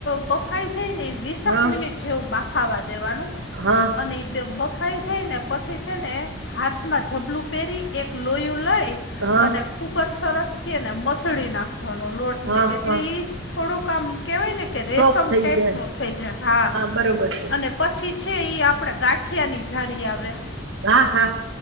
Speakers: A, on the left; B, on the right.
A: બફાઈ જાય ને, વીસક
B: હા
A: મિનિટ જેવું બાફાવા દેવાનું.
B: હા.
A: અને એ બફાઈ જઈને, પછી છે ને. હાથમાં જબલું પહેરી એક લોયું લય
B: હા
A: અને ખૂબ જ સરસથી ને મસળ નાખવાનો લોટને,
B: હા
A: એટલે
B: હા
A: થોડુંક આામ કેવાય ને કે, રેશમ
B: સોફ થઈ
A: ટાઈપ
B: જાય
A: નો થઈ જાય, હા
B: બરોબર છે
A: અને પછી છે, એ આપણે ગાંઠિયાની જારી આવેયા.
B: હા હા.